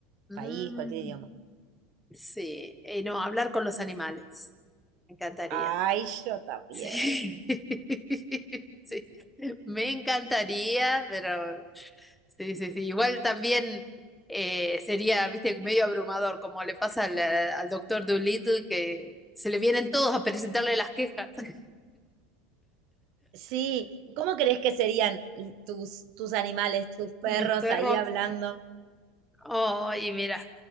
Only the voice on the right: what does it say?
país, cualquier idioma?
Ay, yo también.
Sí, ¿cómo crees que serían tus, tus animales, tus perros
ahí hablando?